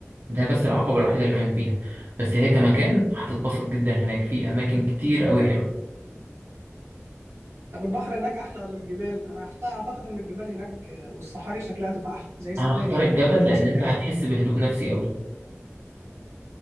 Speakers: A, on the right; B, on the right.
A: ده بس العقبه الوحيده اللي كانت فيها بس هي كمكان هتتبسط جدا هناك في اماكن كتير قوي حلوه
B: طب البحر هناك احلى ولا الجبال انا أحت- اعتقد ان الجبال هناك آه، والصحاري شكلها تبقى احلى زي سفاري
A: انا اختار الجبل
B: لو هتطلع
A: لان
B: سفاري
A: انت هتحس بهدوء نفسي قوي